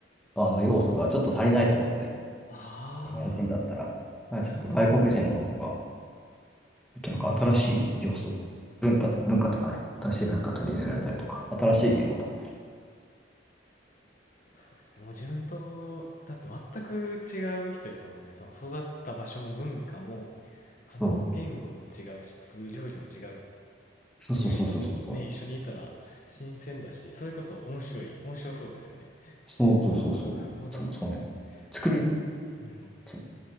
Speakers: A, in the centre; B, on the left (about 45°).
A: あの要素がちょっと足りないと思って、
B: あ
A: 日本人だったら、まあちょっと外国人の方が、
B: あ、なるほど。
A: ちょっとなんか新しい要素、文化、文化とかね、新しい文化取り入れられたりとか、
B: はい。
A: 新しい言語だったり。
B: そうですね。もう自分と、だって全く違う人ですもんね。その育った場所も文化も、話す言語も違うし、
A: そう。
B: 作る料理も違うっ
A: そうそうそうそうそう。
B: ていう人とね、一緒にいたら新鮮だし、それこそ面白い、面白そうですよね。
A: そうそうそうそう。
B: ああ、なるほど。
A: そう、そうね。作る。
B: すごい。うん。
A: そう。